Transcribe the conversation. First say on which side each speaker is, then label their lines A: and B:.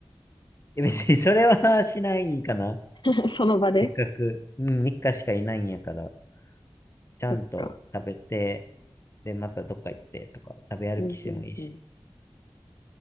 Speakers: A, on the left; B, on the left.
A: え、別にそれは <laughs> しないかな。
B: <laughs> その場で
A: せっかく、うん、3日しかいないんやから、ちゃんと食べて、
B: そっか。
A: で、またどっか行ってとか、食べ歩きしてもいいし。
B: うんうんうん。